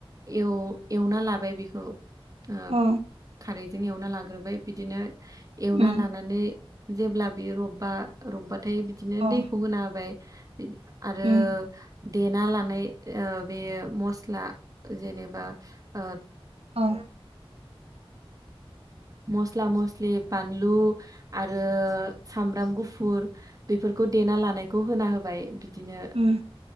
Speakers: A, on the right; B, on the right.
A: एव एवना लाबाय बेखौ ओ
B: अ
A: खारैजों एवना लाग्रोबाय बिदिनो एवना
B: उम
A: लानानै जेब्ला बेयो रबबा रबबाथाय बिदिनो
B: अ
A: दैखौ होना हाबाय आरो
B: उम
A: देना लानाय ओ‌ बे मस्ला जेनेबा ओ
B: ओ
A: मस्ला मस्लि बानलु आरो सामब्राम गुफुर बेफोरखौ देना लानाय खौ होना होबाय बिदिनो
B: उम